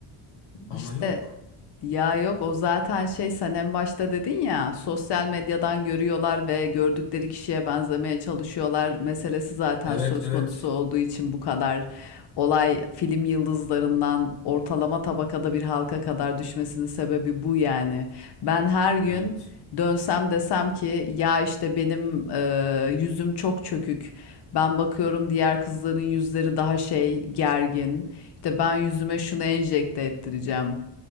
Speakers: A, on the left; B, on the left.
A: Ama
B: İşte
A: yok.
B: Ya yok o zaten şey sen en başta dedin ya sosyal medyadan görüyorlar ve gördükleri kişiye benzemeye çalışıyorlar meselesi zaten
A: Evet,
B: söz
A: evet.
B: konusu olduğu için bu kadar olay film yıldızlarından ortalama tabakada bir halka kadar düşmesinin sebebi bu yani. Ben her gün
A: Evet.
B: dönsem desem ki ya işte benim e, yüzüm çok çökük. Ben bakıyorum diğer kızların yüzleri daha şey gergin. İşte ben yüzüme şunu enjekte ettireceğim